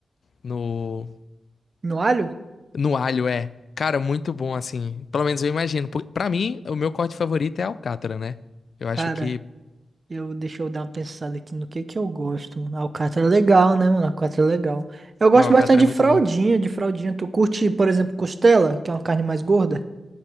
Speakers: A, on the left; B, on the right.
A: no,
B: No alho?
A: no alho, é. Cara, muito bom assim. Pelo menos eu imagino. Porque, Pra mim, o meu corte favorito é a alcatra, né? Eu acho
B: Cara.
A: que
B: Eu, deixa eu dar uma pensada aqui no que que eu gosto. mano. Alcatra é legal, né, mano? Alcatra é legal. Eu gosto
A: O alcatra
B: bastante de
A: é muito
B: fraldinha,
A: bom.
B: de fraldinha. Tu curte, por exemplo, costela, que é uma carne mais gorda?